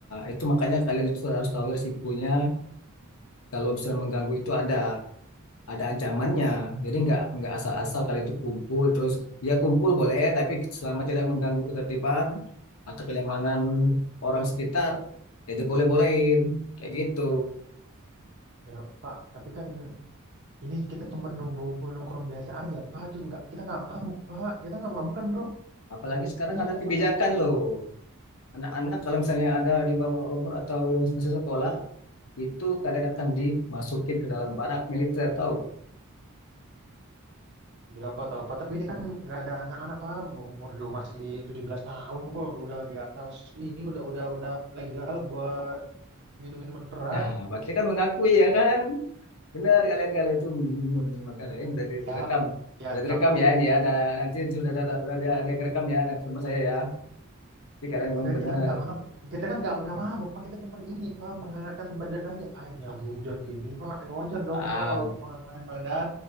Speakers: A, on the left (about 75°); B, on the right (about 50°).
A: itu makanya kalian itu harus tahu risikonya. Kalau misalnya mengganggu itu ada ada ancamannya. Jadi nggak nggak asal-asal kalian itu kumpul terus ya kumpul boleh, tapi selama tidak mengganggu ketertiban atau kenyamanan orang sekitar, ya diboleh-bolehin kayak gitu.
B: Ya, Pak, tapi kan ini kita cuma nunggu ngumpul nongkrong biasa aja, Pak. Cuma nggak, kita nggak mabuk, Pak. Kita nggak mabuk kan, bro?
A: Apalagi sekarang
B: Iya,
A: ada
B: kita
A: kebijakan
B: nggak
A: loh. Anak-anak kalau misalnya ada di bawah umur atau yang masih sekolah, itu kalian akan dimasukin ke dalam barak militer, tahu?
B: Iya, apa tahu apa. Tapi ini kan nggak ada anak-anak pak umur juga masih 17 tahun apa udah, udah di atas ini udah udah udah legal buat minum minuman keras.
A: Nah, berarti kan mengakui ya kan? Benar kalian kalau itu minum minuman keras yang udah
B: Ya,
A: direkam.
B: ya
A: Udah
B: tap-
A: direkam ya ini ya. Ada, nanti sudah ada, ada, ada, ada yang rekam ya nanti sama saya ya. Jadi kalian
B: tapi
A: memang
B: kan
A: benar.
B: kita kan nggak mabuk. Kita kan nggak nggak mabuk Pak. Kita cuman ini Pak menghangatkan badan aja. Pak ini lagi hujan gini Pak. Ya, wajar dong
A: Ah,
B: Pak kalau
A: udah,
B: menghangatkan badan.